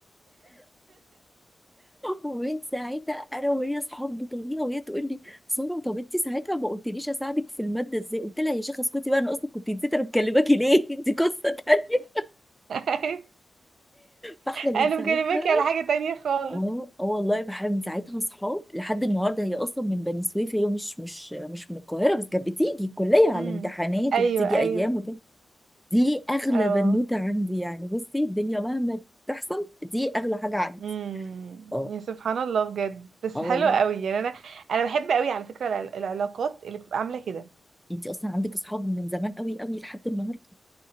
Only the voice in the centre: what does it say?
ومن ساعتها انا وهي اصحاب بطريقه وهي تقول لي ساره طب انت ساعتها ما قلتليش اساعدك في الماده ازاي قلت لها يا شيخه اسكتي بقى انا اصلا كنت نسيت انا مكلماكي ليه <laughs> دي قصه تانيه
فاحنا من
ساعتها
اه اه والله بحب من ساعتها اصحاب لحد النهارده هي اصلا من بني سويف هي مش مش مش من القاهره بس كانت بتيجي الكليه على
الامتحانات
وبتيجي
ايام دي اغلى
بنوته عندي يعني بصي الدنيا مهما تحصل دي اغلى حاجه عندي
اه
اه
والله
انت اصلا عندك اصحاب من زمان قوي قوي لحد النهارده